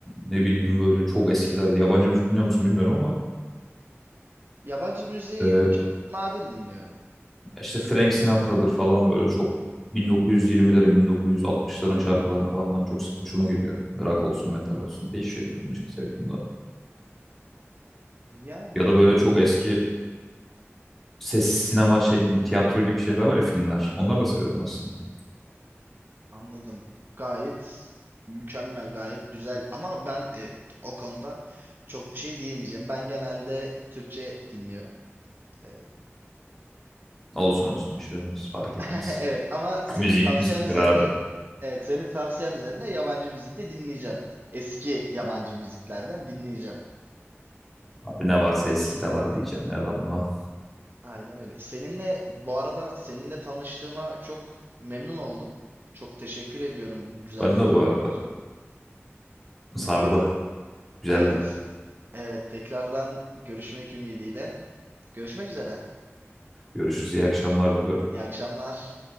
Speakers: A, in the centre; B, on the right.
A: ne bileyim böyle çok eskilerde yabancı müzik dinliyor musun bilmiyorum ama
B: Yabancı müziği
A: e,
B: çok nadir dinliyorum.
A: işte Frank Sinatra'dır falan böyle çok 1920'lerin 1960'ların şarkılarına falan ben çok hoşuma gidiyor. Rock olsun metal olsun değişiyor benim müzik zevkim de.
B: Yani
A: Ya da böyle çok eski ses sinema şey tiyatro gibi şeyler var ya filmler. Onları da seviyorum aslında.
B: anladım. Gayet mükemmel, gayet güzel. Ama ben e, o konuda çok bir şey diyemeyeceğim. Ben genelde Türkçe dinliyorum. Ee,
A: Olsun olsun bir şey olmaz fark
B: <laughs>
A: etmez.
B: Evet ama senin
A: Müzik
B: tavsiyen
A: müziktir
B: üzerine
A: abi.
B: evet senin tavsiyen üzerine yabancı müzik de dinleyeceğim. Eski yabancı müziklerden dinleyeceğim.
A: Abi ne varsa eski de var diyeceğim ya ben buna.
B: Aynen öyle. Seninle bu arada seninle tanıştığıma çok memnun oldum. Çok teşekkür ediyorum bu güzel
A: Ben
B: sohbetin
A: de bu arada
B: için.
A: sardı. Güzeldi.
B: Yani Evet. Evet tekrardan görüşmek ümidiyle. Görüşmek üzere.
A: Görüşürüz. iyi akşamlar diliyorum.
B: İyi akşamlar.